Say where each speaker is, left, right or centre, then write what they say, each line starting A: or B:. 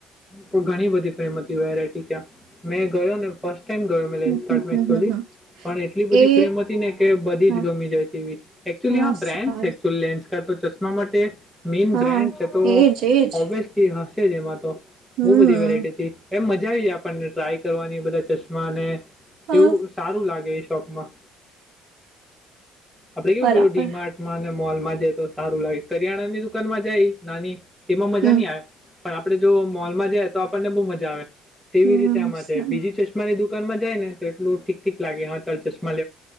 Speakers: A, in the centre; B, on the right.
A: પણ ઘણી બધી ફ્રેમ હતી વેરાયટી ત્યાં મેં ગયો ને ફસ્ટ ટાઈમ ગયો મે લ
B: હમ
A: એન્ટ
B: હમ
A: એકક્ચુઅલી
B: હમ હમ હમ
A: પણ એટલી બધી
B: એ
A: ફ્રેમ હતી ને કે બધી
B: હા
A: જ ગમી જાય તેવી, હ
B: હા
A: બ્રેન્ડ
B: સારું
A: છે, એકચુઅલી લેન્સ કાર તો ચશ્મા માટે મેીન
B: હા
A: બ્રાન્ડ છે, તો
B: એજ એજ
A: ઓબ્વિયસલી હશે જ એમાં તો
B: હમ
A: બહ બધી વેરાયટી હતી એમ મજા આવી જાય આપણને ટ્રાય કરવાની બધા ચશ્માને
B: હા
A: એવું સારું લાગે એ શોપમાં, આપડે કેવું
B: બરાબર
A: ડીમાર્ટમાં અને મોલમાં જાય તો સારું લાગે કરિયાણા ની દુકાનમાં જાય નાની તેમાં મજા
B: હમ
A: નહી, આવે પણ આપડે જો મોલમાં જાય તો આપણને બહુ મજા આવે, તેવી
B: હમ
A: રીતે આમાં
B: સારું
A: છે બીજી ચશ્માની દુકાનમાં જાય ને એલું ઠીક ઠીક લાગે હા ચાલ ચશ્મા